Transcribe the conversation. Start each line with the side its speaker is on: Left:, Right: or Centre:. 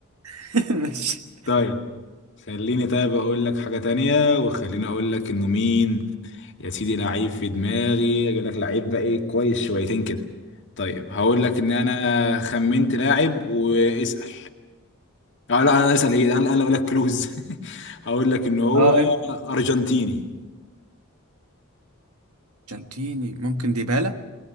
Right: <laughs> ماشي
Left: طيب خليني طيب اقول لك حاجة تانية وخليني اقول لك انه مين يا سيدي لعيب في دماغي اقول لك لعيب بقى ايه كويس شويتين كده طيب هقول لك ان انا خمنت لاعب واسأل اه لا انا اسأل ايه انا انا اقول لك كلوز <laughs> هقول لك ان هو
Right: اه انت
Left: ارجنتيني
Right: جانتيني ممكن ديبالا